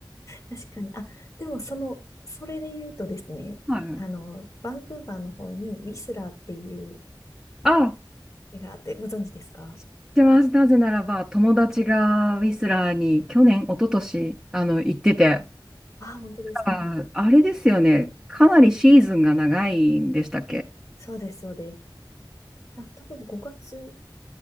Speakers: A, on the left (about 40°); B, in the centre.
A: 確かに。あ、でもその、それで言うとですね、
B: <laughs> はい。
A: あの、バンクーバーの方にウィスラーっていう
B: あ、
A: 街があって、ご存知ですか
B: 知ってます。なぜならば、友達がウィスラーに去年、一昨年あの行ってて、
A: ああー、本当ですか
B: あ、あれですよね。かなりシーズンが長いんでしたっけ
A: そうです、そうです。な多分5月